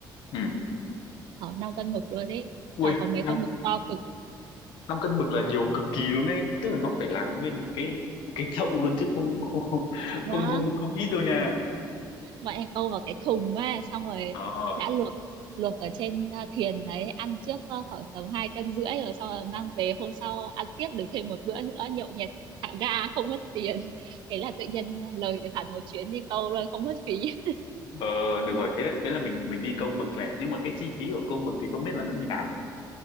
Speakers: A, on the left; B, on the right.
A: ừ
B: khoảng 5 cân mực luôn đấy
A: ui
B: Tàu có mấy
A: năm
B: con mực to cực
A: 5 cân mực là nhiều cực kỳ luôn đấy tức là nó phải là nguyên một cái một cái chậu luôn chứ không <laughs> không
B: Vâng,
A: không không không, ít đâu nha
B: bọn em câu vào cái thùng á, xong rồi
A: ờ
B: đã luộc luộc ở trên ờ, thuyền đấy, ăn trước ờ, khoảng tầm hai cân rưỡi rồi xong rồi mang về hôm sau ăn tiếp được thêm một bữa nữa nhậu nhẹt thả ga không mất tiền. <laughs> Thế là tự nhiên à, lời được hẳn một chuyến đi câu rồi không mất phí. <laughs>
A: ờ, được rồi thế thế là mình mình đi câu mực này nhưng mà cái chi phí của câu mực thì không biết là nó như nào nhỉ